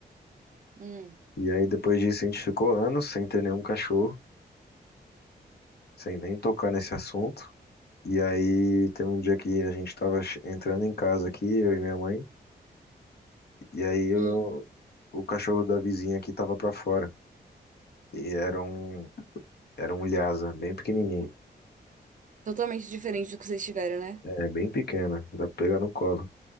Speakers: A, on the right; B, on the left.
A: Hum.
B: E aí depois disso a gente ficou anos sem ter nenhum cachorro, sem nem tocar nesse assunto. E aí teve um dia que a gente tava che- entrando em casa aqui, eu e minha mãe, e aí eu-
A: Hum.
B: o cachorro da vizinha aqui tava pra fora. E era um, era um Lhasa, bem pequenininho,
A: Totalmente diferente do que vocês tiveram, né?
B: é bem pequena, dá pra pegar no colo.